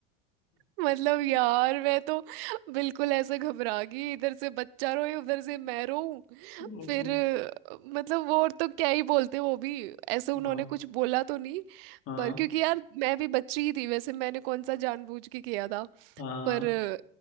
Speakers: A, on the right (about 75°); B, on the left (about 50°).
A: मतलब यार मैं तो बिल्कुल ऐसे घबरा गई इधर से बच्चा रोए उधर से मैं रो
B: ओहो,
A: फिर अ, मतलब वो और तो क्या ही बोलते वो भी ऐसे उन्होंने
B: हाँ
A: कुछ बोला तो नहीं
B: हाँ
A: पर क्योंकि यार मैं भी बच्ची ही थी वैसे मैंने कौन सा जानबूझ के किया था
B: हाँ
A: पर अ,